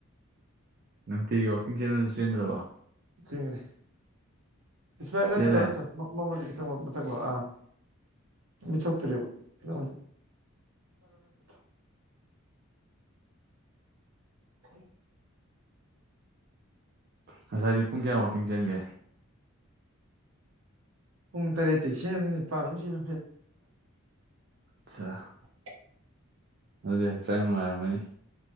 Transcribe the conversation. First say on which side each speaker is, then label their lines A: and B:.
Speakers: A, on the right; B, on the right.
A: ꯅꯨꯡꯇꯤꯒꯤ ꯋꯥꯀꯤꯡ ꯆꯦꯟꯕꯗꯨ ꯆꯦꯟꯗ꯭ꯔꯕꯣ꯫
B: ꯆꯦꯟꯒꯅꯤ ꯏꯁꯃꯠ ꯅꯪ
A: ꯆꯦꯜꯂꯦ
B: ꯀꯩꯅꯣ ꯇꯧ ꯃꯝꯃꯗꯤ ꯈꯤꯇꯪ <unintelligible> ꯃꯊꯛ ꯂꯥꯎ ꯑ ꯃꯤꯠ ꯁꯣꯛꯇꯨꯔꯦꯕ ꯀꯩꯅꯣ <unintelligible> <unintelligible>
A: ꯉꯁꯥꯏꯗꯤ ꯄꯨꯡ ꯀꯌꯥ ꯋꯥꯛꯀꯤꯡ ꯆꯦꯟꯒꯦ꯫
B: ꯄꯨꯡ ꯇꯔꯦꯠꯇꯩ ꯆꯦꯟꯕꯅ ꯅꯤꯄꯥꯥꯟꯕꯥꯎ ꯆꯦꯟ
A: ꯑꯠꯆꯥ
B: <unintelligible>
A: ꯑꯗꯨꯗꯤ ꯍꯛꯆꯥꯡ ꯅꯨꯡꯉꯥꯏꯔꯝꯒꯅꯤ꯫